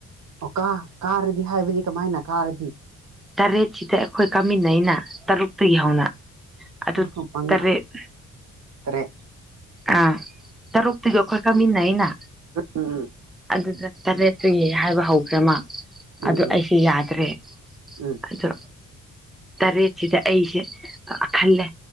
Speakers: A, on the right; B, in the centre.
A: ꯑꯣ ꯀꯥ ꯀꯥꯔꯗꯤ ꯍꯥꯏꯕꯗꯤ ꯀꯃꯥꯏꯅ ꯀꯥꯔꯗꯤ
B: ꯇꯔꯦꯠꯁꯤꯗ ꯑꯩꯈꯣꯏ ꯀꯥꯃꯤꯟꯅꯩꯅ ꯇꯔꯨꯛꯇꯒꯤ ꯍꯧꯅ ꯑꯗꯨ
A: ꯑ ꯄꯉ
B: ꯇꯔꯦꯠ
A: ꯇꯔ
B: ꯑꯥ ꯇꯔꯨꯛꯇꯨꯒ ꯑꯩꯈꯣꯏ ꯀꯥꯃꯤꯟꯅꯩꯩꯅ
A: ꯎꯝ
B: ꯑꯗꯨꯗ ꯇꯔꯦꯠ ꯒꯤ ꯍꯥꯏꯕ ꯍꯧꯈ꯭ꯔꯃ ꯑ
A: ꯎꯝ
B: ꯑꯗꯨ
A: ꯎꯝ
B: ꯑꯩꯁꯨ ꯌꯥꯗ꯭ꯔꯦ
A: ꯎꯝ ꯎꯝ
B: ꯑꯗꯣ ꯇꯔꯦꯠꯁꯤꯗ ꯑꯩꯁꯦ ꯈꯜꯂꯦ